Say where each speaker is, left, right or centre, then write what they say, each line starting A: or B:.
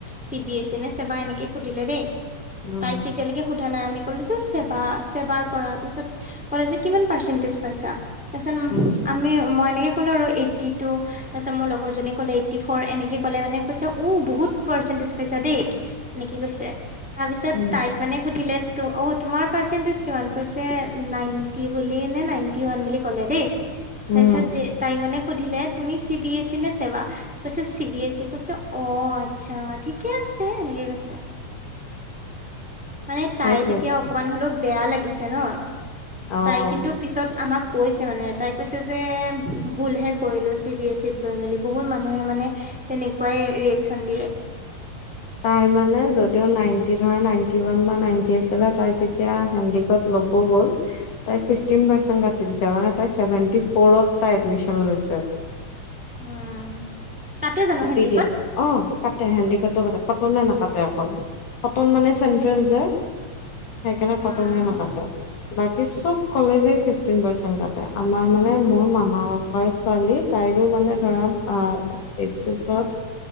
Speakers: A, in the centre; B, on the left.
A: চি বিএচি নে চেবা এনেকে সুধিলে দেই <unintelligible>
B: উম,
A: তাইক তেতিয়ালৈকে সোধা নাই আমি ক'লে যে <unintelligible> ছেবা, ছেবাৰ পৰা তাৰ পাছত ক'লে যে কিমান পাৰ্চেন্টেজ পাইছা তাৰ পিছত
B: উম,
A: আমি মই এনেকে কলো আৰু এইটি টু তাৰ পিছত মোৰ লগৰ জনী কলে এইট্টি ফৰ এনেকে ক'লে মানে কৈছে অ' বহুত পাৰ্চেন্টেজ পাইছা দেই এনেকে কৈছে। তাৰপিছত
B: উম,
A: তাইক মানে সুধিলে ত' অ' তোমাৰ পাৰ্চেন্টেজ কিমান কৈছে নাইনটি বুলি নে নাইনটি ওৱান বুলি ক'লে দেই তাৰ
B: উম,
A: পিছত যে তাইক মানে সুধিলে তুমি চি বি এচি ই নে ছেবা কৈছে চি বি এছ ই কৈছে অ' আচ্ছা ঠিকে আছে এনেকে কৈছে মানে তাই
B: সেইটোৱে
A: তেতিয়া অকমান হ'লেও বেয়া লাগিছে ন
B: অ'।
A: তাই কিন্তু পিছত আমাক কৈছে মানে তাই কৈছে যে ভুলহে কৰিলো চি বি এছ ইত লৈ মেলি বহুত মানুহে মানে তেনেকুৱাই ৰিয়েকচন দিয়ে।
B: তাই মানে যদিও নাইনটি ধৰা নাইনটি ওৱান বা নাইনটি আছিলে তাই যেতিয়া হেন্দীকত ল'ব গল তাইৰ ফিফটিন পাৰ্চেন্টেজ কাটি দিছে, মানে তাই তেতিয়া চেভেনটি ফৌৰত তাই এডমিশ্যন লৈছে।
A: উম। কাটে জানো
B: কাটি
A: হেন্দিকত
B: দিয়ে অৱ কাটে হেন্দীকটো কাটে, কটনে নাকাটে অকল, কটন মানে চেন্ট্ৰেল যে সেইকাৰণে
A: উম
B: কটনে নাকাটে বাকী চব কলেজে ফিফটিন পাৰ্চেন্ট কাটে, আমাৰ মানে মোৰ মামা ককা ছোৱালী তাই এইটো মানে ধৰা আহ এইছ এছত